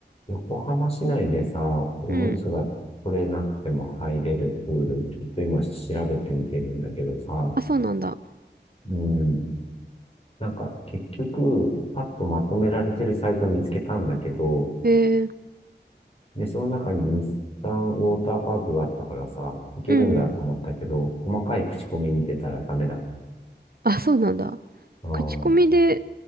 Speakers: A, on the left (about 30°); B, on the right (about 55°).
A: 横浜市内でさ、おむつが取れなくても入れるプール、
B: うん。
A: ちょっと今調べてみてるんだけどさ、
B: あ、そうなんだ。
A: うん、なんか結局、パッとまとめられてるサイト見つけたんだけど、
B: へえ。
A: で、その中に日産ウォーターパークがあったからさ、いけるんだと思ったけど、
B: うんうん。
A: 細かい口コミ見てたらダメだった。
B: あ、そうなんだ。
A: うん、
B: 口コミで、